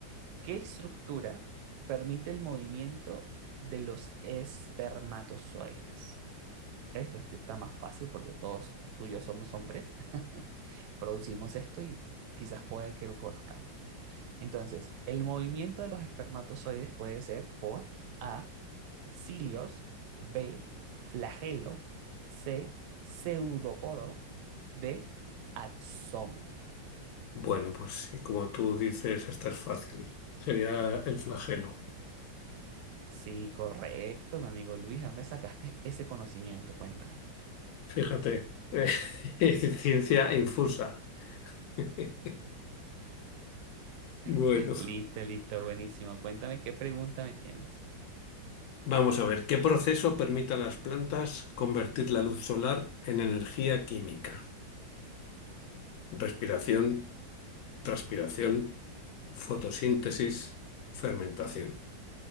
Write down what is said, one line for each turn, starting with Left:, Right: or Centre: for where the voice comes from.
Right: ¿Qué estructura permite el movimiento de los espermatozoides? Ok, Esto sí está más fácil porque todos tú y yo somos hombres. <laughs> Producimos esto y quizás puede que lo conozcamos. Entonces, el movimiento de los espermatozoides puede ser por A, cilios, B, flagelo, C, pseudópodo, D, axón.
Left: Bueno, pues sí, como tú dices, esta es fácil. Sería el flagelo.
Right: Sí, correcto, mi amigo Luis. ¿De dónde sacaste ese conocimiento? Cuéntame.
Left: Fíjate, <laughs> eh, ciencia infusa. <laughs> Bueno,
Right: <laughs> Listo, listo, buenísimo. Cuéntame qué pregunta me tienes.
Left: vamos a ver, ¿qué proceso permite a las plantas convertir la luz solar en energía química? Respiración, transpiración, fotosíntesis, fermentación.